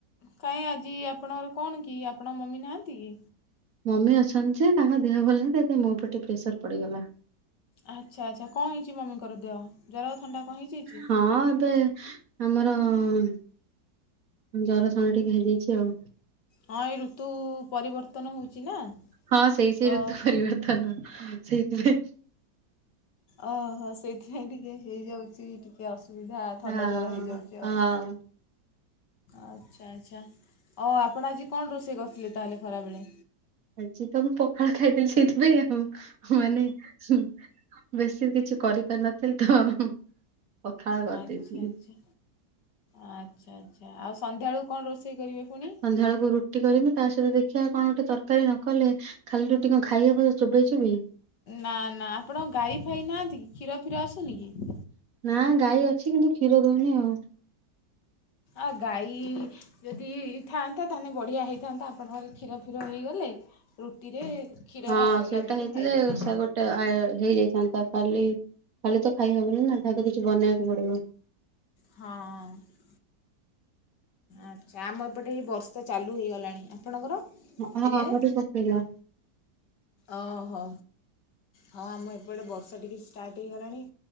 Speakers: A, on the left (about 75°); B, on the right (about 55°).
A: କାଇଁ ଆଜି ଆପଣଙ୍କର କଣ କି ଆପଣଙ୍କ ମମି ନାହାଁନ୍ତି କି?
B: ମମି ଅଛନ୍ତି ଯେ ତାଙ୍କ ଦେହ ଭଲ ନାହିଁତ ସେଇଥିପାଇଁ ମୋ ଉପରେ ଟିକେ ପ୍ରେସର ପଡିଗଲା।
A: ଆଚ୍ଛା ଆଚ୍ଛା କଣ ହେଇଛି ମମିଙ୍କର ଦେହ? ଜ୍ୱର ଥଣ୍ଡା କଣ ହେଇଯାଇଛି?
B: ହଁ ଏବେ ଆମର ଉଁ ଜରଥଣ୍ଡ। ଟିକେ ହେଇଯାଇଛି ଆଉ।
A: ହଁ ଏଇ ଋତୁ ପରିବର୍ତ୍ତନ ହେଉଛି ନା
B: ହଁ ସେଇ ସେଇ
A: ତ
B: ଋତୁ ପରିବର୍ତ୍ତନ ସେଇଥିପାଇଁ
A: ଅହ ସେଇଥିପାଇଁ ଟିକେ ହେଇଯାଉଛି ଟିକେ ଅସୁବିଧା ଥଣ୍ଡା
B: ହଁ
A: ଜର ହେଇଯାଉଛି
B: ହଁ।
A: ଆଉ। ଆଚ୍ଛା ଆଚ୍ଛା ଅ ଆପଣ ଆଜି କଣ ରୋଷେଇ କରିଥିଲେ ତାହେଲେ ଖରାବେଳେ?
B: ଆଜି ତ ମୁଁ ପଖାଳ ଖାଇଦେଲି ସେଇଥିପାଇଁ ଆଉ ମାନେ ଶୁନ ବେଶି କିଛି କରିପାରିନଥିଲି ତ ପଖାଳ କରିଦେଇଥିଲି।
A: ଆଚ୍ଛା ଆଚ୍ଛା। ଆଚ୍ଛା ଆଚ୍ଛା ଆଉ ସନ୍ଧ୍ୟାଏଳୁକୁ କଣ ରୋଷେଇ କରିବେ ପୁଣି?
B: ସନ୍ଧ୍ୟା ଅଳକୁ ରୁଟି କରିବି ତା ସହିତ ଦେଖିବା କଣ ଗୋଟେ ତରକାରୀ ନ କଲେ ଖାଲି ରୁଟି କଣ ଖାଇହବ ଚୋବେଇ ଚୋବେଇ?
A: ନା ନା ଆପଣଙ୍କ ଗାଈ ଫାଇ ନାହାନ୍ତି କି କ୍ଷୀର ଫିର ଆସୁନି କି?
B: ନା ଗାଈ ଅଛି କିନ୍ତୁ କ୍ଷୀର ଦଉନି ଆଉ।
A: ଆଉ ଗାଈ ଯଦି ଥାଆନ୍ତା ତାହେନେ ବଢ଼ିଆ ହେଇଇଥାନ୍ତା ଆପଣଙ୍କର କ୍ଷୀର କ୍ଷୀର ହେଇଗଲେ ରୁଟିରେ କ୍ଷୀର
B: ହଁ ସେଟା
A: ଲଗେଇକି
B: ହେଇଥିଲେ
A: ଖାଇଦେଲେ।
B: ସେ ଗୋଟେ ଆୟ ହେଇଯାଇଥାନ୍ତା। ଖାଲି ଖାଲି ତ ଖାଇହବନି ନା ତାକୁ କିଛି ବନେଇବାକୁ ପଡିବ।
A: ହଁ ଅଁ। ଆଚ୍ଛା ଆମ ଏପଟେ ହେଇ ବର୍ଷା ଚାଲୁ ହେଇଗଲାଣି ଆପଣଙ୍କର?
B: ହଁ
A: ଏରିଆରେ?
B: ଆମର ପକେଇଲା।
A: ଅ ହୋ ହଁ ଆମ ଏପଟେ ବର୍ଷା ଟିକେ ଷ୍ଟାର୍ଟ ହେଇଗଲାଣି।